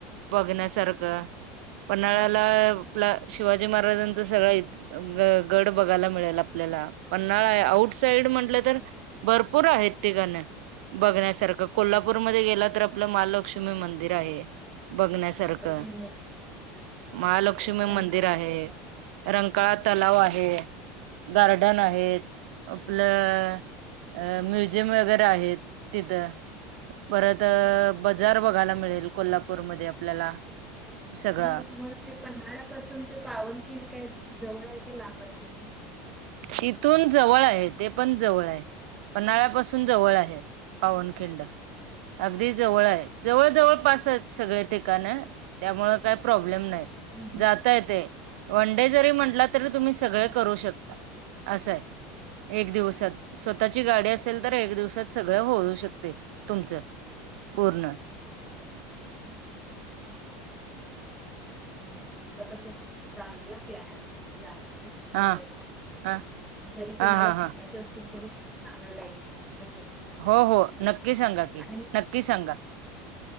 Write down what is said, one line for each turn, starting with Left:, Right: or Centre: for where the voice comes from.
Right: बघण्यासारख. पन्हाळ्याला.
Centre: हा
Right: आपल शिवाजी महाराजांचं सगळं गड बघायला मिळेल आपल्याला. पन्हाळा आउट साईड म्हटलं
Centre: हा
Right: तर. भर पुर आहेत ठिकाण. बघण्यासारखं. कोल्हापूरमध्ये गेला तर. आपलं महालक्ष्मी मंदिर आहे. बघण्यासारखं.
Centre: महालक्ष्मी मंदिर
Right: महालक्ष्मी
Centre: आणि रंकाळा
Right: मंदिर आहे. रंकाळा तलाव आहे. गार्डन आहेत. आपलं अ म्युझियम वगैरे आहेत. तिथं. परत
Centre: हम्म.
Right: बजार बघायला मिळेल. कोल्हापूरमध्ये. आपल्याला. सगळा
Centre: आणि मग ते पंन्हाळ्यापासून ते पावनखिड काय जवळ आहे. का लांब आहे तीथून.
Right: तिथून जवळ आहे. ते पण जवळ आहे. पन्हाळ्यापासून जवळ आहे. पावनखिंड. अगदी जवळ आहे. जवळ जवळ
Centre: आहे का?
Right: पासाच सगळे. ठीकान. त्यामुळे काय प्रॉब्लेम नाही.
Centre: हम्म,
Right: जाता
Centre: हम्म,
Right: येते. वनडे जरी म्हणलं तरी तुम्ही सगळ
Centre: हम्म.
Right: करू शकता. असय. एक दिवसात. स्वतः गाडी असेल तर. एक दिवसात सगळं होऊ शकते. तुमचं. पूर्ण.
Centre: बजा <inaudible> आमच कस. तस चालला प्लॅन जाण्याचा. म्हणजे.
Right: हा हा
Centre: जरी कोणाला
Right: हा हा
Centre: सांगायचं
Right: हा
Centre: असेल. तरी सांगायला येल असं.
Right: हो हो.
Centre: हम्म
Right: नक्की सांगा की.
Centre: आणि
Right: नक्की सांगा.